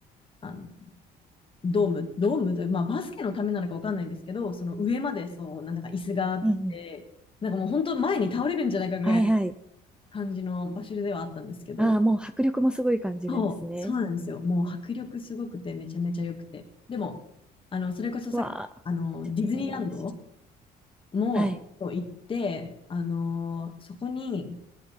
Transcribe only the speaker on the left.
あの、ドーム、ドームという、まあバスケのためなのかわかんないんですけど、その上までそう、なんか椅子があって、
なんかもう本当前に倒れるんじゃないかぐらい
感じの場所ではあったんですけど、
そう、そうなんですよ。もう迫力すごくて、めちゃめちゃ良くて。でも、あの、それこそさっき、
あの、
ディズニーランドもそう行って、
あの、そこに、